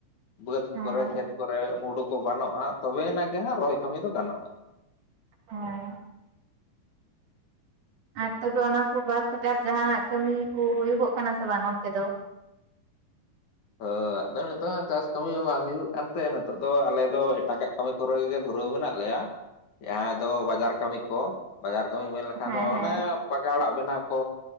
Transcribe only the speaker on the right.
ᱦᱮᱸ
ᱦᱮᱸ ᱟᱨ ᱛᱚᱵᱮ ᱚᱱᱟ ᱠᱚ ᱵᱟᱫᱽ ᱠᱟᱛᱮᱫ ᱟᱨ ᱡᱟᱦᱱᱟᱜ ᱠᱟᱹᱢᱤ ᱠᱚ ᱦᱩᱭᱩᱜᱚᱜ ᱠᱟᱱᱟ ᱥᱮ ᱵᱟᱝ ᱚᱱᱛᱮ ᱫᱚ?
ᱦᱮᱸ
ᱦᱮᱸ